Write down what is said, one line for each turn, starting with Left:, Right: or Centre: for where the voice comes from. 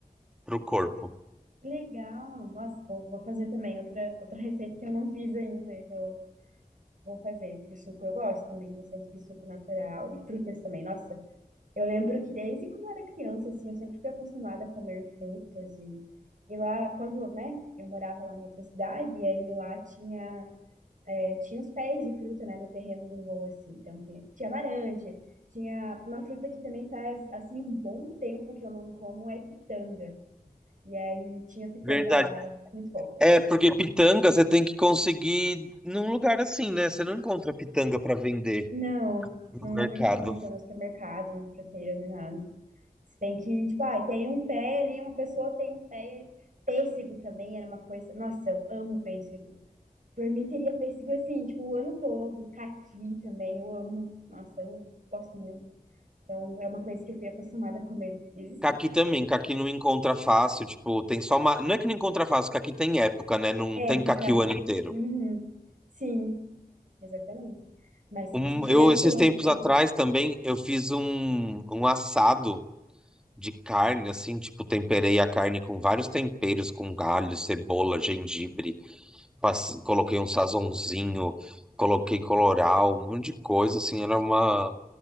Centre: pro corpo.
Right: que Legal! Nossa, vou, vou fazer também outra, outra receita que eu não fiz ainda, eu vou, vou fazer. De suco eu gosto também, bastante de suco natural e frutas também. Nossa, eu lembro que desde quando eu era criança, assim, eu sempre fui acostumada a comer frutas e, e lá, quando, né, eu morava lá em outra cidade, e aí lá tinha Tinha os pés de fruta, né, no terreno do vô, assim. Então, tinha, tinha laranja, tinha uma fruta que também faz, assim, um bom tempo que eu não como, é pitanga. E aí, tinha pitanga
Centre: Verdade.
Right: lá, muito bom.
Centre: É, porque pitanga você tem que conseguir num lugar assim, né? Você não encontra pitanga para vender
Right: Não,
Centre: no
Right: não
Centre: mercado.
Right: nem encontra no supermercado, no fruteiro, nem nada. Você tem que, tipo, ah, tem um pé ali, uma pessoa tem um pé. Pêssego também era uma coisa. Nossa, eu amo pêssego. Por mim, teria pêssego assim, tipo, o ano todo. Caqui também, eu amo. Nossa, eu gosto muito. Então, é uma coisa que eu fui acostumada a comer desde
Centre: Caqui
Right: cedo.
Centre: também, caqui não encontra fácil, tipo, tem só uma. Não é que não encontra fácil, caqui tem época, né? Não
Right: Época.
Centre: tem caqui o ano inteiro.
Right: Uhum. Sim, exatamente. Mas
Centre: Um-
Right: se tivesse
Centre: eu, esses
Right: o ano
Centre: tempos
Right: todo.
Centre: atrás também, eu fiz um, um assado de carne, assim, tipo, temperei a carne com vários temperos, com galho, cebola, gengibre, pass- coloquei um sazonzinho, coloquei colorau, um monte de coisa, assim, era uma.